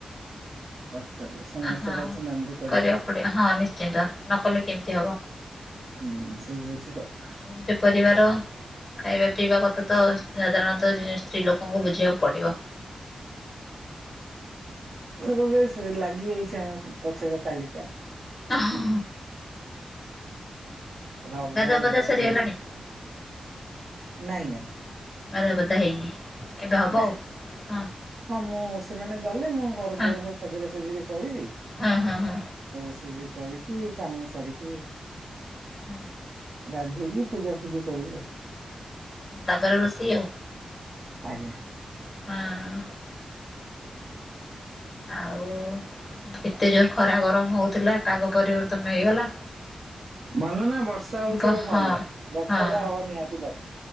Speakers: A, on the right; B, on the left.
A: <inaudible> କର୍ତ୍ତବ୍ୟ ସମସ୍ତେ
B: ହଁ
A: କରିଛନ୍ତି ଆମେ ବି କରିବା।
B: କରିବାକୁ
A: <inaudible>
B: ପଡିବ ହଁ ନିଶ୍ଚିନ୍ତ ନକଲେ କେମିତି ହବ।
A: ହୁଁ ସେଇ ହଉଛି କଥା।
B: ସେ ପରିବାର ଖାଇବା ପିଇବା କଥା ତ ସାଧାରଣତଃ ସ୍ତ୍ରୀ ଲୋକଙ୍କୁ ବୁଝିବାକୁ ପଡ଼ିବ।
A: ହଁ ସବେ ଲାଗି ଯାଇଛି ଆମ ପଚାରିବା ତାଲିକା
B: ହଁ
A: ରବର
B: ଗଦାପଦା ସରିଆଲାଣି।
A: ଯୋଉ ନାଇଁ ନାଇଁ।
B: ଗାଧୁଆ ପାଧୁଆ ହେଇନି, ଏବେ ହେବ
A: ନାଇଁ
B: ଆଉ।
A: ହଁ ମୁଁ ସେମାନେ ଗଲେ ମୁଁ ଘର
B: ହଁ
A: ଦ୍ୱାର ସବୁ ସଜାସଜରି କରିବି
B: ହଁ ହଁ ହଁ।
A: ସଜାସଜି କରିକି କାମ ସାରିକି
B: ହୁଁ।
A: ଗାଧୋଇକି ପୂଜା ପୂଜି କରିବି ଆଉ
B: ହଁ ତାପରେ ରୋଷେଇ ଆଉ
A: ଆଜ୍ଞା।
B: <inaudible> ଆଉ ଏତେ ଜୋର ଖରା ଗରମ ହଉଥିଲା ପାଗ ପରିବର୍ତ୍ତନ ହେଇଗଲା।
A: ମନେ ନା ବର୍ଷା ହଉଛି
B: ହଁ
A: ଏବେ
B: ହଁ
A: ଭଲ ବର୍ଷା ତ ହବ ନିହାତି ଦରକାର